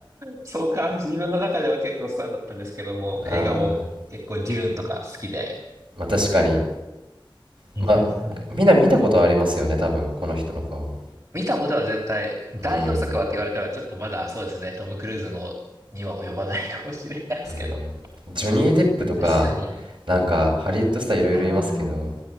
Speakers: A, on the right (about 40°); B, on the right (about 75°).
A: そうか、自分の中では結構スターだったんですけども、
B: あ
A: 映画も結構デューンとか好きで。
B: ーまあ確かに
A: うんうんうん
B: まあみんな見たことありますよね多分この人の顔
A: 見たことは絶対、代表作はって言われたらちょっとまだそうですね、
B: うーん
A: トム・クルーズのには及ばないかもしれないですけど。
B: うーんジョニー・デップとか
A: 確かに。
B: なんかハリウッドスターいろいろいますけど
A: あー